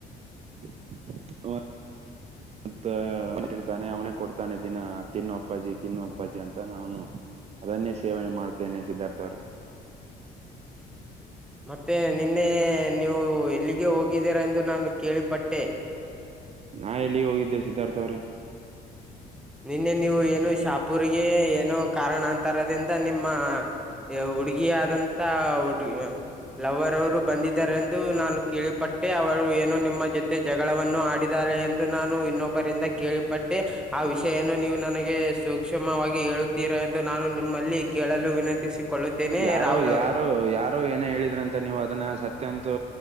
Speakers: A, on the right; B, in the centre.
A: <inaudible> ಮತ್ತೆ ಅಂತಿರ್ತಾನೆ ಅವನೇ ಕೊಡ್ತಾನೆ ದಿನ ತಿನ್ನು ಅಪ್ಪಾಜಿ ತಿನ್ನು ಅಪ್ಪಾಜಿ ಅಂತಾನ ಅವನು ಅದನ್ನೇ ಸೇವನೆ ಮಾಡ್ತೇನೆ ಸಿದ್ಧಾರ್ಥ ಅವ್ರೆ
B: ಮತ್ತೆ ನಿನ್ನೆ ನೀವು ಎಲ್ಲಿಗೆ ಹೋಗಿದ್ದೀರೀ ಎಂದು ನಾನು ಕೇಳಿಪಟ್ಟೆ.
A: ನಾ ಎಲ್ಲಿ ಹೋಗಿದ್ದೆ ಸಿದ್ಧಾರ್ಥ ಅವ್ರೆ.
B: ನಿನ್ನೆ ನೀವು ಏನೋ ಶಾಪೂರಿಗೆ ಏನು ಕಾರಣಾಂತರದಿಂದ ನಿಮ್ಮ ಹುಡುಗಿ ಆದಂತ ಹುಡುಗಿ ಲವ್ರ್ ಅವರು ಬಂದಿದ್ದಾರೆಂದು ನಾನು ಕೇಳಿಪಟ್ಟೆ ಅವರು ಏನೋ ನಿಮ್ಮ ಜೊತೆಗೆ ಜಗಳವನ್ನು ಆಡಿದ್ದಾರೆ ಎಂದು ನಾನು ಇನ್ನೊಬ್ಬರಿಂದ ಕೇಳಿಪಟ್ಟೆ ಜಾ ಆ ವಿಷಯನ್ನು ನೀವು ನನಗೆ ಸೂಕ್ಷ್ಮವಾಗಿ ಹೇಳುತ್ತೀರಾ ಎಂದು ನಾನು ನಿಮ್ಮಲ್ಲಿ ಕೇಳಲು ವಿನಂತಿಸಿ ಕೊಳ್ಳುತ್ತೇನಿ
A: ಯಾರೋ
B: ರಾಹುಲ್ ಅವ್ರೇ.
A: ಯಾರೋ ಯಾರೋ ಏನೋ ಹೇಳಿದ್ರ ಅಂತಾ ನೀವು ಅದನ್ನ ಸತ್ಯಂತ